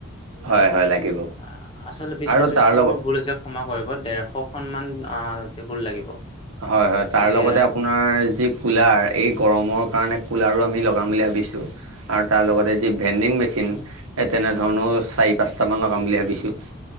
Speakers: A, on the left; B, on the right.
A: ঠিক
B: হয়
A: আছে,
B: হয় লাগিব
A: আচলতে বিশ
B: আৰু
A: পঁচিশখন
B: তাৰ লগত
A: মোৰ ভুল হৈছে ক্ষমা কৰিব। ডেৰশ মান আ টেবুল লাগিব।
B: হয় হয়,
A: গতিকে
B: তাৰ লগতে আপোন নাৰ যি কুলাৰ, এই গৰমৰ কাৰণে কুলাৰো আমি লগাম বুলি ভাবিছোঁ। আৰু তাৰ লগতে যি ভেণ্ডিং মেচিন, সেই তেনেধৰণৰ চাৰি পাঁচটামান লগাম বুলি ভাবিছোঁ।